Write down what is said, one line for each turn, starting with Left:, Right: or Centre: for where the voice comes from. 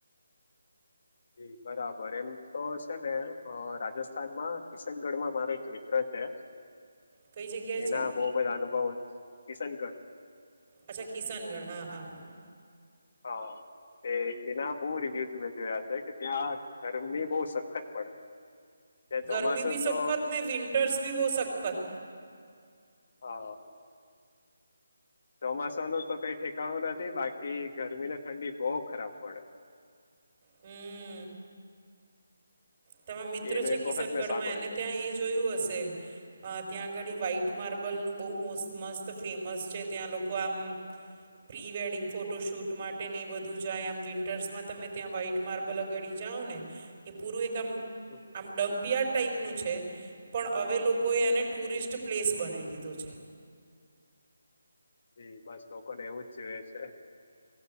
Left: ઇ બરાબર એમ તો છે ને રાજસ્થાન માં. કિશનગઢ માં મારો એક મિત્ર છે,
Right: કઈ જગ્યાએ
Left: એના
Right: છે
Left: બોવ બધા અનુભવ કિશનગઢ,
Right: અચ્છા કિશનગઢ હા હા હા,
Left: હા તે એના બોવ રિવ્યૂ મેં જોયા છે કે ત્યાં ગરમી બોવ સખત પડે, ત્યાં
Right: ગરમી
Left: ચોમાસું
Right: બી સખત
Left: તો
Right: ને વિંન્ટર્સ બી બોવ સખ્ખત.
Left: હા, ચોમાસા નું તો કઈ ઠેકાણું નથી બાકી ગરમી ને ઠંડી બોવ પડે,
Right: હમમ તમારા મિત્ર
Left: એનું
Right: છે
Left: એક
Right: કિશનગઢમાં
Left: વખત મેં સાંભળ્યું
Right: એને
Left: હતું
Right: ત્યાં એ જોયું હશે, ત્યાં આગળ ઇ વ્હાઈટ માર્બલનું બહુ મોસ્ત મસ્ત ફેમસ છે ત્યાં લોકો આમ, પ્રી વેડિંગ ફોટો શૂટ માટે ને એ બધું જાય આમ વિન્ટર્સ માં તમે ત્યાં વ્હાઈટ, માર્બલ અગાડી જાવ ને એ પૂરું એક
Left: હમ,
Right: આમ ડમ્પયાર્ડ ટાઈપ, નું છે પણ અમે લોકો એને ટૂરિસ્ટ પ્લેસ બનાવી દીધું છે
Left: હમ બસ લોકોને એવું જવે છે.